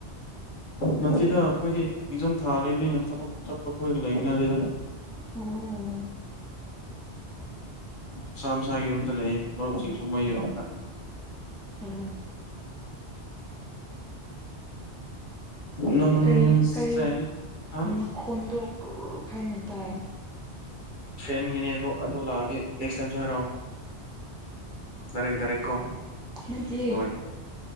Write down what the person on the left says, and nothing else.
ꯅꯠꯇꯗ ꯑꯩꯈꯣꯏꯗꯤ ꯑꯦꯛꯖꯝ ꯊꯥꯔꯤꯕꯅꯤꯅ ꯊꯕꯛ ꯆꯠꯄ ꯈꯣꯏꯔꯒ ꯂꯩꯃꯤꯅ ꯁꯤꯗ
ꯃꯁ ꯃꯁꯥꯒꯤꯔꯣꯝꯗ ꯂꯩꯌꯦ ꯃꯔꯨꯞꯁꯤꯡ ꯁ ꯃꯩꯔꯣꯗ
ꯅꯪꯁꯦ
ꯍꯥ
ꯏꯒꯤꯅꯦ ꯑꯗꯣ ꯑꯗꯨ ꯂꯥꯛꯑꯗꯤ ꯅꯦꯛꯁ ꯇꯥꯏꯝꯁꯨ ꯍꯥꯏꯔꯛꯑꯣ ꯗꯥꯏꯔꯦꯛ ꯗꯥꯏꯔꯦꯛ ꯀꯣ
ꯍꯣꯏ